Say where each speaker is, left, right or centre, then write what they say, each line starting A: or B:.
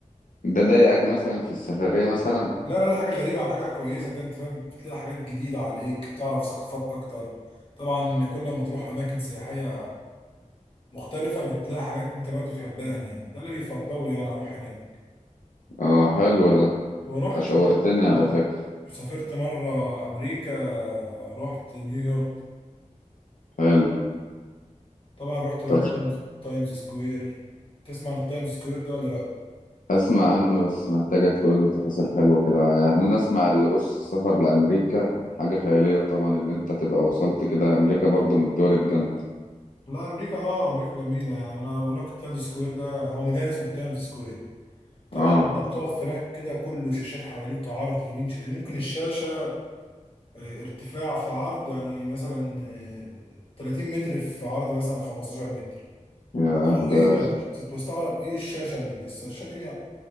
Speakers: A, on the left; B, on the left.
A: ده ضايقك مثلا في السفرية مثلا
B: لا لا لا حاجه غريبه على حاجه كويسه كده انت فاهم بتلاقي حاجات جديده عليك بتعرف ثقافات اكتر طبعا كل ما تروح اماكن سياحيه مختلفه بتلاقي حاجات انت برضو تحبها هناك ده اللي بيفضل لي يعني اروح هناك
A: اه حلو ده
B: ورحت
A: شوقتني
B: برضو
A: على
B: اه
A: فكرة
B: سافرت مره امريكا رحت نيويورك
A: حلو
B: طبعا رحت بقى
A: طب
B: تايمز تايمز سكوير تسمع عن التايمز سكوير ده ولا لا
A: اسمع عنه بس محتاجك تقول لي تفاصيل حلوة كده يعني انا اسمع اللي بص السفر لأمريكا حاجة خيالية طبعا اللي انت تبقى وصلت كده امريكا برضو من الدول الجامدة
B: لا امريكا اه امريكا جميله يعني انا بقول لك التايمز سكوير ده هو ميدان اسمه التايمز سكوير طبعا
A: اه
B: انت بتقف هناك كده كله شاشات حواليك عرض يمين ش... ممكن الشاشه آه، ارتفاع في عرض يعني مثلا آه، 30 متر في عرض مثلا 15 متر
A: يا
B: حاجه
A: ده
B: رهيبه تستغرب ايه الشاشه اللي دي، الشاشه دي يعني